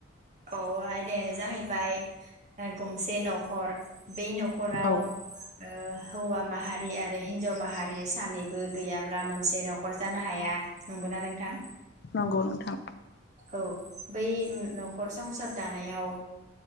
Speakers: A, on the right; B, on the left.
A: अ आयदायानो जाहैबाय गंसे न'खर। बै न'खराव
B: औ
A: ओ हौवा माहारि आरो हिन्जाव माहारि सानैबो गैयाब्ला मोनसे न'खर जानो हाया नंगौना नोंथां?
B: नंगौ नोंथां।
A: औ बै न'खर संसार दानायाव